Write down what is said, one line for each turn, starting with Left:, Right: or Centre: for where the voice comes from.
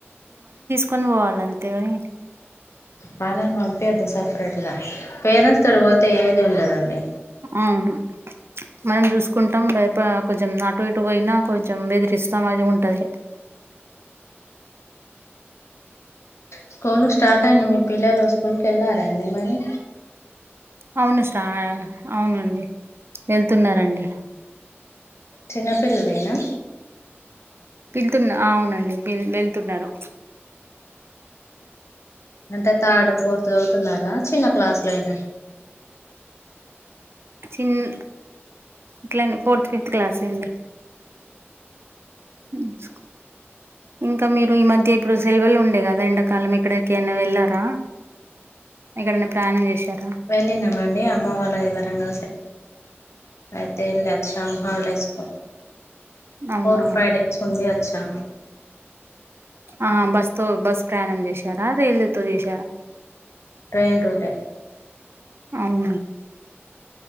Right: కొను పోవాలి అంతే కానీ
Left: వాళ్ళని పంపయద్దు సపరేట్ గా పేరెంట్స్ తోడి పోతే ఏది ఉండదండి
Right: అవును మనం చూసుకుంటాం భయ కొంచెం అటు ఇటు పోయినా కొంచెం వెెదిరిస్తాం అది ఉంటది
Left: స్కూల్ స్టార్ట్ అయింది మీ పిల్లలు స్కూల్ క వెళ్ళారండి మరి
Right: అవును స్టా అవునండి వెళ్తున్నారండి
Left: చిన్న పిల్లలేనా
Right: పిళ్తున్న అవునండి వెళ్తున్నారు
Left: అంటే థర్డ్ ఫోర్త్ చదువుతున్నారా చిన్న క్లాసు లోయినా
Right: చిన్న ఇట్లా ఫోర్త్ ఫిఫ్త్ క్లాసే అండి నస్ ఇంకా మీరు ఈ మధ్య ఇప్పుడు సెలవలు ఉండే కదా ఎండాకాలం ఎక్కడక అనా వెళ్ళారా ఎక్కడైనా ప్రయాణం చేశారా
Left: వెళ్ళినమాండి అమ్మ వాళ్ళ అది వరంగ అయితే ఇల్ళక్షమ హళ వేసుకో
Right: అవునా
Left: ఫో ఫైవ్ డేస్ ఉంది అచ్చా
Right: ఆ బస్ తో బస్ ప్రయాణం చేసి <unintelligible> దసా
Left: ట్రెయిన్ రూటే
Right: అవు